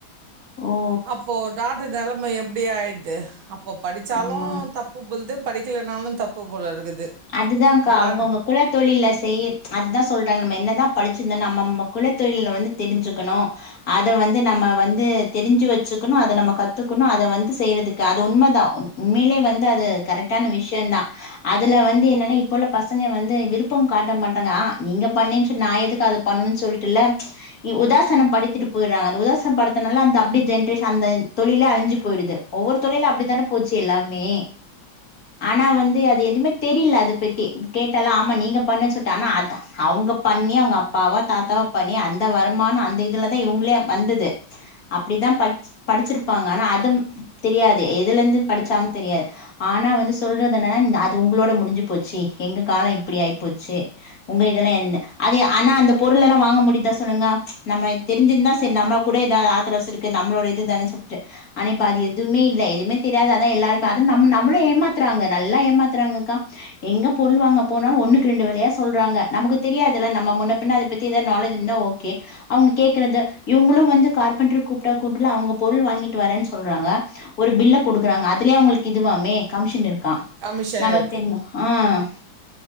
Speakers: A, on the left (about 45°); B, on the right (about 85°).
A: ஓ
B: அப்போ நாட்டு நெலம எப்டி ஆய்ர்து இப்ப படிச்சாலு
A: ஆமா
B: தப்பு பொல்து படிக்கலனாலு தப்பு போல இருக்குது
A: அதுதாங்க்கா
B: நான்
A: அவ்ங்கவ்ங்க குல தொழில செய்யி அதுதா சொல்றாங் நம்ம என்னதா படிச்சிர்ந்தா நம்மம்ம குல தொழில வந்து தெரிஞ்சுக்கணு அத வந்து நம்ம வந்து தெரிஞ்சு வச்சுக்குணு அத நம்ம கத்துக்குணு அத வந்து செய்றதுக்கு அது உண்மதா உண் உண்மேலே வந்து அது கரெக்ட்டான விஷ்யந்தா அதுல வந் து என்னன்னா இப்ப உள்ள பசங்க வந்து விருப்பம் காட்ட மாட்டாங்க ஆ நீங்க பண்ணேன் சொல் நான் எதுக்கு அத பண்ணுனுன் சொல்லிட்டுல்ல இ உதாசனம் படித்துட்டு போய்றாங்க அந்த உதாசன் படுத்தனால அந்த அப்டி ஜென்ரேஷன் அந்தன் தொழிலே அழிஞ்சு போய்டுது ஒவ்வொரு தொழிலு அப்டிதான போச்சு எல்லாமே ஆனா வந்து அது எதுமே தெரில அத பத்தி கேட்டாலு ஆமா நீங்க பண்ண சொல்ட்டு ஆனா அத அவ்ங்க பண்ணி அவ்ங்க அப்பாவோ தாத்தாவோ பண்ணி அந்த வருமானோ அந்த இதுலதா இவுங்ளே வந்தது அப்டிதா படிச் படிச்சிருப்பாங்க ஆனா அதம் தெரியாது எதுல இருந்து படிச்சாங்கு தெரியா ஆனா வந்து சொல்றது என்னனா அது உங்குளோ ட முடிஞ்சு போச்சு எங்க காலோ இப்புடி ஆய்போச்சு உங்க இதெல்லா என்ன அது ஆனா அந்த பொருளெலா வாங்க முடிதா சொல்லுங்க நம்ம தெரிஞ்சிர்ந்தா செரி நம்ம கூட எதாது ஆத்துர அவசுருக்கு நம்ளோட இதுதான சொல்ட்டு ஆனா இப்ப அது எதுமே இல்ல எதுமே தெரியாது அதா எல்லாரும்ப அதுன் நம்மு நம்முளே ஏமாத்துறாங்க நல்லா ஏமாத்துறாங்கக்கா எங்க பொருள் வாங்க போனாலு ஒன்னுக்கு ரெண்டு வெலையா சொல்றாங்க நமக்கு தெரியாதுல நம்ம முன்ன பின்ன அத பத் தி எதா நாலேஜ் இர்ந்தா ஓகே அவ்ங்க கேக்குறது இவுங்குளு வந்து கார்பன்ட்ரு கூப்ட்டா கூப்டுல அவ்ங்க பொருள் வாங்கிட்டு வரேன் சொல்றாங்க ஒரு பில்ல குடுக்குறாங்க அதுலே அவுங்களுக் இதுவாமே கமிஷன் இருக்கா
B: கமிஷன்
A: நம
B: இருக்கு.
A: ஆ